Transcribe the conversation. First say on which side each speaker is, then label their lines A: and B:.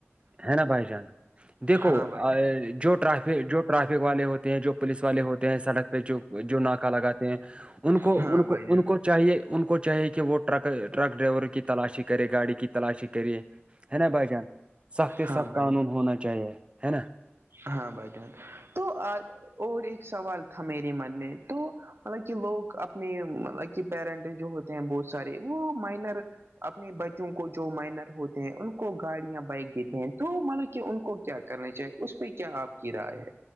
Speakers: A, on the right; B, on the right.
A: ہے نا بھائی جان دیکھو
B: ہاں بھائی جان
A: جو ٹرافک جو ٹرافک والے ہوتے ہیں جو پولیس والے ہوتے ہیں سڑک پہ جو جو ناکہ لگات ہیں ان کو
B: ہاں
A: ان
B: بھائی
A: کو
B: جان
A: ان کو چاہیے ان کو چاہیے کہ وہ ٹرک ٹرک ڈرائیور کی تلاشی کے کرے گاڑی کی تلاشی کرے ہے نا بھائی جان سخت
B: ہاں
A: سخت
B: بھائی
A: قانون ہونا چاہیے ہے نا
B: ہاں بھائی جان تو اور ایک سوال تھا میرے من میں تو مطلب کہ لوگ اپنے مطلب کہ پیرنٹ جو ہوتے ہیں بہت سارے وہ مائنر اپنے بچوں کو جو مائنر ہوتے ہیں ان کو گاڑیاں بائک دیتے ہیں تو مانلو کہ ان کو کیا کرنےنی چاہیے اس پہ کیا آپ کی رائے ہے